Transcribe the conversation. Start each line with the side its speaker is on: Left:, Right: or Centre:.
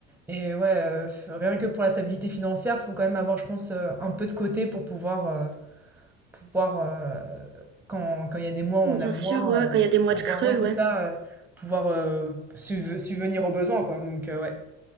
Centre: et ouais, euh, f- rien que pour la stabilité financière, faut quand même avoir, je pense, euh, un peu de côté pour pouvoir, euh, pouvoir euh, quand, quand il y a des mois où
Right: Bien
Centre: on a moins,
Right: sûr, ouais,
Centre: euh,
Right: quand il y a des mois
Centre: pouvoir,
Right: de creux,
Centre: ouais, c'est
Right: ouais.
Centre: ça, euh, pouvoir euh, subve- subvenir aux besoins, quoi. Donc euh, ouais.